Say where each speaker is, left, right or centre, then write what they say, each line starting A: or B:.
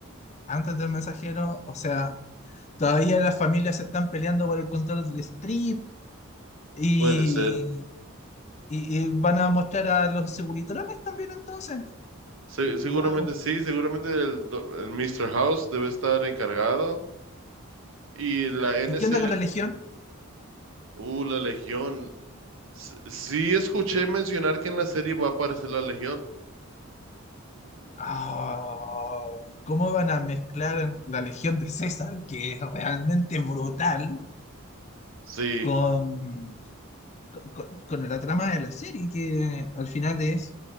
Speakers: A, on the left; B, on the right.
A: Antes del mensajero, o sea, todavía las familias se están peleando por el control del strip. Y,
B: Puede ser.
A: Y, y van a mostrar a los seguritrones también entonces.
B: Se- seguramente
A: Wow.
B: sí, seguramente el, do- el Mr. House debe estar encargado. Y la N
A: ¿Y qué
B: NCR,
A: onda con la Legión?
B: uh, la Legión. S- Sí escuché mencionar que en la serie va a aparecer la Legión.
A: Ah, ¿cómo van a mezclar la Legión de César, que es realmente brutal,
B: Sí,
A: con, con, con la trama de la serie, que al final es